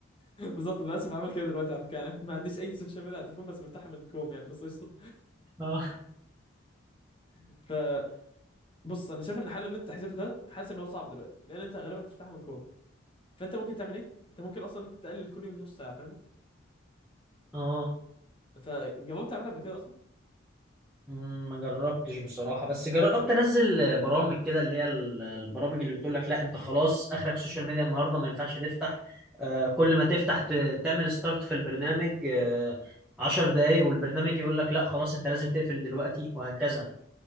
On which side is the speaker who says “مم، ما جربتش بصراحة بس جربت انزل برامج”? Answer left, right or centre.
Centre